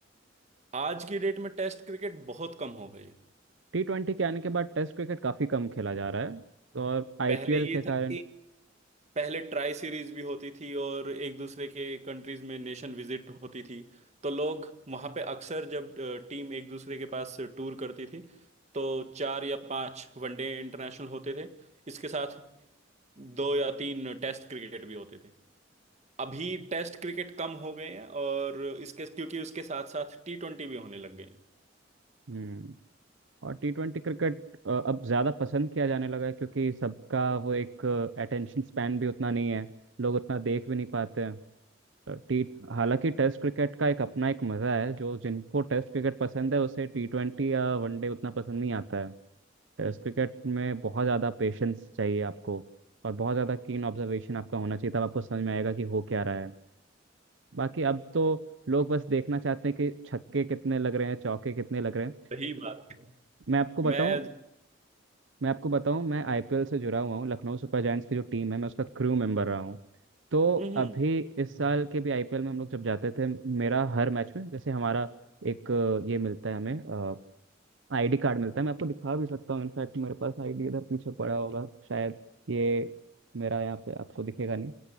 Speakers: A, on the right; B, on the right.
A: आज की डेट में टेस्ट क्रिकेट बहुत कम हो गई है
B: टी ट्वेंटी के आने के बाद टेस्ट क्रिकेट काफी कम खेला जा रहा है तो और आईपीएल
A: पहले ये
B: के कारण
A: था कि पहले ट्राई सीरीज भी होती थी और एक दूसरे के कंट्रीज में नेशन विजिट होती थी तो लोग वहाँ पे अक्सर जब टीम एक दूसरे के पास टूर करती थी तो चार या पांच वनडे इंटरनेशनल होते थे इसके साथ दो या तीन टेस्ट क्रिकेट भी होते थे अभी टेस्ट क्रिकेट कम हो गए हैं और इसके क्योंकि उसके साथ साथ टी ट्वेंटी भी होने लग गए हैं
B: हम्म और टी ट्वेंटी क्रिकेट अब ज्यादा पसंद किया जाने लगा है क्योंकि सबका वो एक अटेंशन स्पैन भी उतना नहीं है लोग उतना देख भी नहीं पाते हैं टी हालांकि टेस्ट क्रिकेट का एक अपना एक मजा है जो जिनको टेस्ट क्रिकेट पसंद है उसे टी ट्वेंटी या वनडे उतना पसंद नहीं आता है टेस्ट
A: हम्म,
B: क्रिकेट में बहुत ज्यादा पेशेंस चाहिए आपको और बहुत ज्यादा कीन ऑब्जर्वेशन आपका होना चाहिए तब आपको समझ में आएगा कि हो क्या रहा है बाकी अब तो लोग बस देखना चाहते हैं कि छक्के कितने लग रहे हैं चौके कितने लग रहे हैं
A: सही बात है
B: मैं आपको बताऊं
A: मैं
B: मैं आपको बताऊं मैं आईपीएल से जुड़ा हुआ हूँ लखनऊ सुपर जायंट्स की जो टीम है मैं उसका क्रू मेंबर रहा हूँ तो
A: हम्म हम्म,
B: अभी इस साल के भी आईपीएल में हम लोग जब जाते थे मेरा हर मैच में जैसे हमारा एक अ, ये मिलता है हमें आईडी कार्ड मिलता है मैं आपको दिखा भी सकता हूँ इनफैक्ट मेरे पास आईडी इधर पीछे पड़ा होगा शायद ये मेरा यहाँ पे आपको दिखेगा नहीं